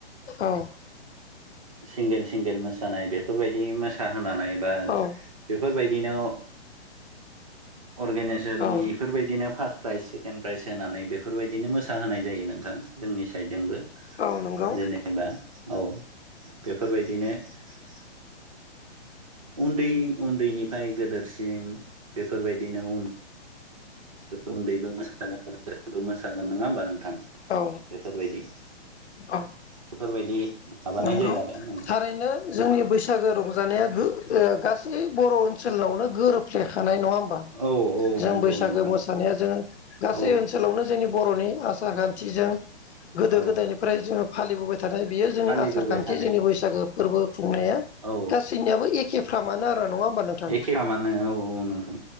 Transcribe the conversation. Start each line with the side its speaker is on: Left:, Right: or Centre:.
Left: औ
Right: सिंगेल सिंगेल मोसानाय बेफोरबायदि मोसाहोनानै बा
Left: औ
Right: बेफोरबायदि <unintelligible> बिदिनो अर्गेनाइजेसन
Left: औ
Right: इफोरबायदिनो फार् प्राइज सेकेन्ड प्राइज होनानै बेफोरबायदिनो मोसाहोनाय जायो नोंथां। जोंनि साइडजोंबो।
Left: औ नंगौ
Right: जेनेबा औ बेफोरबायदि बिदिनो उन्दै उन्दैनिफ्राय गोदेरसिम बेफोरबायदिनो उम उन्दैबो मोसागोनबो मोसागोन नङा होमबा? नों थां
Left: औ
Right: बेफोरबायदि,
Left: औ
Right: बेफोरबायदि माबानाय
Left: नंगौ,
Right: जायो आरो नोंथां
Left: थारैनो जोंनि बैसागो रंजानाया ओ गासै बर' ओनसोलावनो गोरोब फेखानाय नङा होमबा?
Right: औ औ
Left: जों
Right: नंगौ
Left: बैसागो
Right: नोंथां
Left: मोसानाया जोङो गासै
Right: औ
Left: ओनसोलावनो जोंनि बर'नि आसार खान्थिजों, गोदो
Right: औ
Left: गोदायनिफ्राय जोङो फालिबोबाय थानाय बियो जोंनि
Right: फालिबोबाय
Left: आसार खान्थि
Right: थानाय
Left: जोंनि बैसागो फोरबो खुंनाया
Right: औ
Left: गासैनियाबो एखे फ्रामानो आरो, नङा होमबा नोंथां?
Right: एखेफ्रामानो औ औ नोंथां।